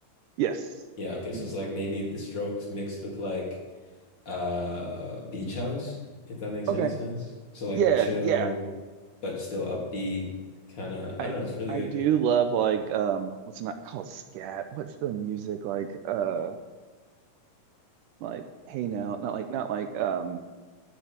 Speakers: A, on the right (about 75°); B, on the left (about 30°).
A: yes,
B: Yeah, okay.
A: you
B: So
A: know
B: it's like
A: them.
B: maybe The Strokes mixed with like uh Beach House, if that makes
A: Okay,
B: any sense. So like
A: yeah,
B: chill,
A: yeah.
B: but still upbeat, kind of.
A: I
B: I don't know. It's really
A: I
B: good.
A: do love like um, what's it not called scat? What's the music like? Uh, like hey now, not like not like um.